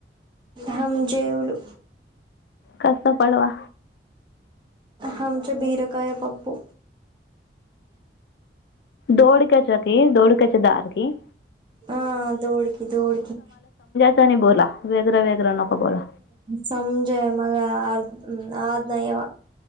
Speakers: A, on the right; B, on the left.
A: हम मी जेवलो.
B: कसं पडवा.
A: आमच्या बीरका या पप्पू.
B: दोड कचाती दोड कच दार की
A: हा दौडकी दौडकी.
B: तने बोला. वेगळं वेगळं नको बोला
A: समजा मला अर् आज नाही याव